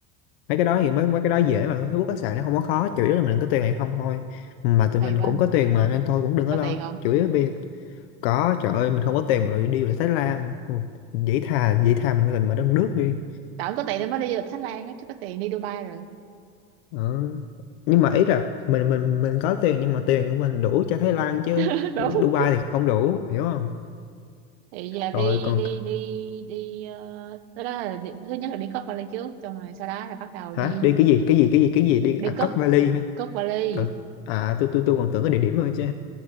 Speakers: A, on the left (about 70°); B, on the right (about 80°).
A: mấy cái đó thì mấy mấy cái đó dễ mà Facebook các sàn nó không có khó chủ yếu là mình có tiền hay không thôi mà tụi
B: hay
A: mình
B: quá
A: cũng có tiền mà nên thôi cũng đừng
B: có
A: có lo
B: tiền không
A: chủ yếu bây giờ có trời ơi mình không có tiền mà rồi đi về Thái Lan Ui, dĩ thà dĩ thà mình mình mà đất nước đi
B: tại không có tiền nên mới đi du lịch Thái Lan á chứ có tiền đi Dubai rồi
A: Ờ. nhưng mà ý là mình mình mình có tiền nhưng mà tiền của mình đủ cho Thái Lan chứ
B: <laughs> đúng
A: Dubai thì không đủ hiểu không
B: thì giờ đi
A: rồi còn
B: đi đi đi ờ, tới đó là đi, thứ nhất là đi cất vali trước xong rồi sau đó là bắt đầu
A: hả
B: đi
A: đi cái gì cái gì cái gì cái gì đi
B: đi
A: à,
B: cất
A: Cất vali hả
B: cất vali
A: trời à tôi tôi tôi còn tưởng cái địa điểm rồi chứ